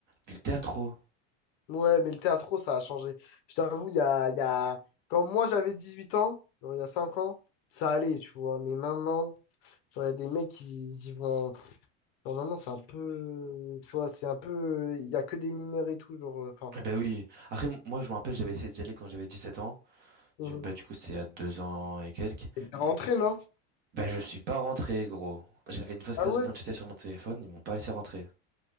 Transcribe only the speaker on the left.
Ouais, mais le théâtro, ça a changé. Je t'avoue, il y a, il y a... Quand moi, j'avais 18 ans, genre, il y a 5 ans, ça allait, tu vois. Mais maintenant, genre, il y a des mecs, qui y vont. Genre maintenant, c'est un peu. Tu vois, c'est un peu. Il n'y a que des mineurs et tout, genre. euh, Enfin.
Mhm.
Et T'es rentré, non?
Ah
ouais?